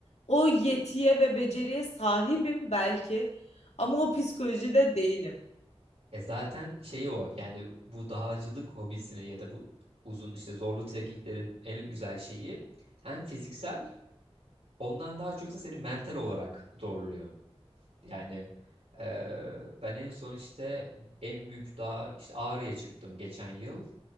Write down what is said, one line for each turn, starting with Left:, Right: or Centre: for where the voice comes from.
Left: O yetiye ve beceriye sahibim belki ama o psikolojide değilim.
Right: Ya zaten şeyi o yani bu dağcılık hobisinin ya da bu uzun işte zorlu trekkinglerin en güzel şeyi hem fiziksel ondan daha çok da seni mental olarak zorluyor. Yani eee, ben en son işte en büyük dağ işte Ağrı'ya çıktım geçen yıl.